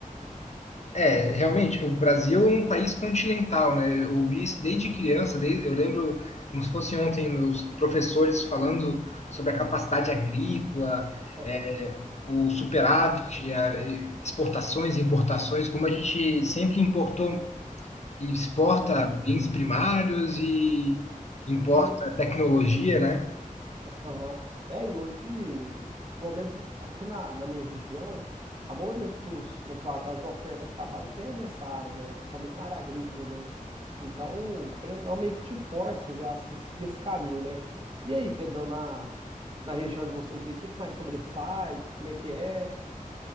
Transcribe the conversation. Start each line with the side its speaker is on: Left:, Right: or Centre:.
Left: É, realmente, o Brasil é um país continental, né? Eu ouvi isso desde
Right: Uhum.
Left: criança, desde, eu lembro como se fosse ontem meus professores falando sobre a capacidade agrícola,
Right: Aham,
Left: é, o superávit, a- exportações e importações, como a gente sempre importou e exporta
Right: aham.
Left: bens primários e importa
Right: E
Left: tecnologia, né?
Right: Aham. É, e hoje, pelo menos aqui na, na minha região, a maioria dos, vamos falar, das ofertas de trabalho tem nessa área, né? Somente na área agrícola, né? Então, querendo ou não, meio que te força já a se- seguir esse caminho, né? E aí, Pedrão, na, na região de vocês aí, o que que mais sobressai? Como é que é?